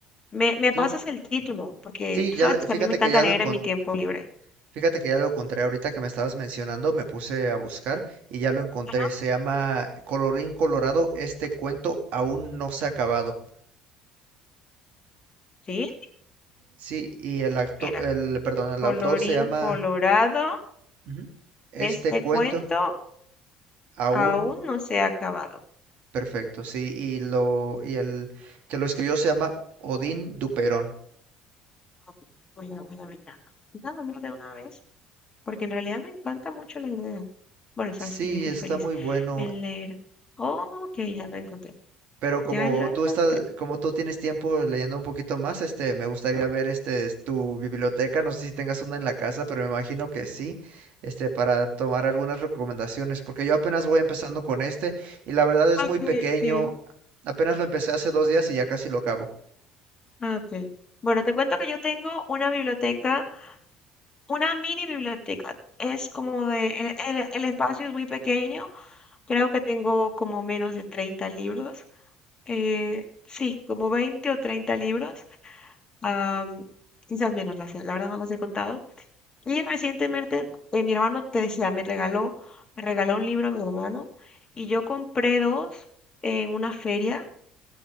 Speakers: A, on the left; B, on the right.
A: Me, me
B: Sí,
A: pasas el título, porque
B: sí,
A: tú
B: ya
A: sabes
B: le-
A: que
B: fíjate
A: a mí me encanta
B: que ya
A: leer
B: lo encontré.
A: en mi tiempo libre.
B: Fíjate que ya lo encontré ahorita que me estabas mencionando, me puse a buscar y ya lo encontré.
A: Ajá.
B: Se llama Colorín Colorado, este cuento aún no se ha acabado.
A: Sí,
B: Sí, y el acto,
A: mira,
B: el, perdón, el
A: colorín
B: autor se llama
A: colorado,
B: ujú, Este
A: este
B: cuento
A: cuento
B: aún
A: aún no se ha acabado.
B: perfecto. Sí, y lo y el que lo escribió se llama Odín Duperón.
A: Ok, Voy a, voy a mirarlo. Quizá lo miro de una vez, porque en realidad me encanta mucho la idea. Bueno, sabes
B: Sí,
A: que yo soy
B: está
A: feliz
B: muy bueno.
A: en leer. Oh, ok, ya lo encontré.
B: Pero
A: Ya
B: como
A: lo encontré.
B: tú estás, como tú tienes tiempo leyendo un poquito más, este, me gustaría ver este es tu biblioteca. No sé si tengas una en la casa, pero me imagino que sí, este, para tomar algunas recomendaciones, porque yo apenas voy empezando con este y la verdad es
A: Ok,
B: muy pequeño.
A: ok.
B: Apenas lo empecé hace dos días y ya casi lo acabo.
A: Ah, ok. Bueno, te cuento que yo tengo una biblioteca. Una mini biblioteca. Es como de, el, el- el espacio es muy pequeño, creo que tengo como menos de 30 libros. Eh, sí, como 20 o 30 libros, am, quizás menos, las la, verdad no los he contado. Y recientemente eh, mi hermano, te decía, me regaló, me regaló un libro a mi hermano y yo compré dos en una feria